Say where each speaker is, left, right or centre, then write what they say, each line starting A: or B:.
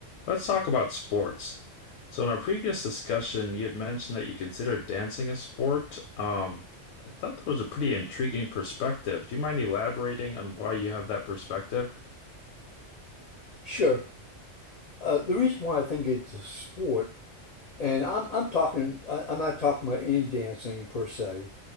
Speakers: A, on the left (about 85°); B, on the left (about 50°).
A: Let's talk about sports. So in our previous discussion, you had mentioned that you consider dancing a sport. Um, I thought that was a pretty intriguing perspective. Do you mind elaborating on why you have that perspective?
B: Sure. Uh, the reason why I think it's a sport, and I'm I'm talking, I, I'm not talking about any dancing per se.